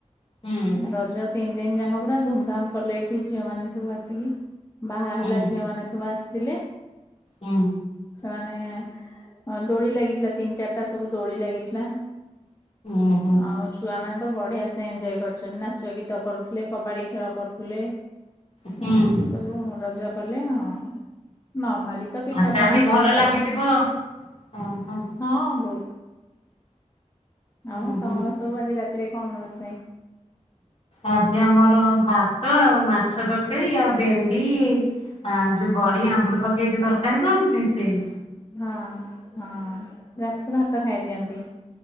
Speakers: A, on the left; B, on the left.
A: ହୁଁଉଉ।
B: ରଜ ତିନି ଦିନ ଯାକ ପୁରା ଧୁମଧାମ କଲେ ଏଠି ଝିଅମାନେ ସବୁ ଆସିକି। ବାହା
A: ହୁଁ
B: ହେଲା ଝିଅ ମାନେ ସବୁ ଆସିଥିଲେ।
A: ହୁଁ।
B: ସେମାନେ ଦୋଳି ଲାଗିଥିଲା ତିନି ଚାରିଟା ସବୁ ଦୋଳି ଲାଗିଥିଲା।
A: ଓହୋ
B: ଆଉ ଛୁଆମାନେ ତ ବଢିଆ ସେ ଏଞଜୟ କରିଛନ୍ତି ନା। ରଚ ଗୀତ କରୁଥିଲେ କବାଡି ଖେଳ କରୁଥିଲେ
A: ହୁଁ
B: ଆଉ। ସବୁ ରଜ କଲେ ହଁ ନର୍ମାଲି ତ ପିଠାପଣା
A: ତାହେଲେ
B: ହୁଏ।
A: ଭଲ
B: ଘରେ
A: ଲାଗିଥିବ ଓ ହ।
B: ହଁ ବହୁତ। ଆଉ
A: ଓହୋ
B: ତମର ସବୁ ଆଜି ରାତିରେ କଣ ରୋଷେଇ।
A: ଆଜି ଆମର ଭାତ ଆଉ ମାଛ ତରକାରୀ ଆଉ ଭେଣ୍ଡି। ହଁ ଯୋଉ ବଡି ଆମ୍ବୁଲ ପକେଇ ଯୋଉ ତରକାରୀ କହନ୍ତି ସେଇ।
B: ହଁ ହଁ ରାଖୀ ଭାତ ଖାଇଦିଅନ୍ତି।